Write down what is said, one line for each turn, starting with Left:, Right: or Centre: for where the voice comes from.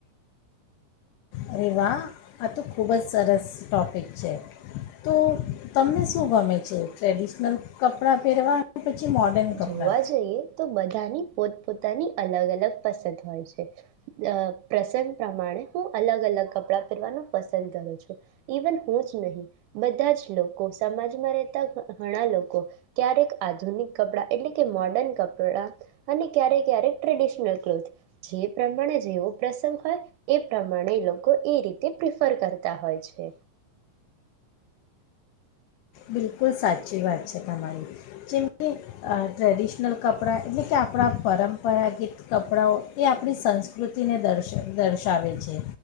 Left: અરે વાહ, આ તો ખૂબજ સરસ ટૉપિક છે. તો તમને શું ગમે છે, ટ્રેડિશનલ કપડાં પહેરવા પછી મોડર્ન કપડાં
Right: જોવા જઈએ તો બધાની પોત પોતાની અલગ- અલગ પસંદ હોય છે. પ્રસંગ પ્રમાણે હું અલગ- અલગ કપડાં પહેરવાનું પસંદ કરું છું, ઇવન હુંજ નહીં, બધાજ લોકો સમાજમાં રહેતા ઘણા લોકો ક્યારેક આધુનિક કપડાં એટલે કે મોર્ડર્ન કપડાં અને ક્યારેક ક્યારેક ટ્રેડિશનલ ક્લોથ જે પ્રમાણે જેવો પ્રસંગ હોય એ પ્રમાણે લોકો એ રીતે પ્રિફર કરતા હોય છે.
Left: બિલકુલ સાચી વાત છે તમારી, જેમ કે ટ્રેડિશનલ કપડાં એટલે કે આપડા પરંપરાગીત કપડાંઓ એ આપણી સંસ્કૃતિને દર્શ દર્શાવે છે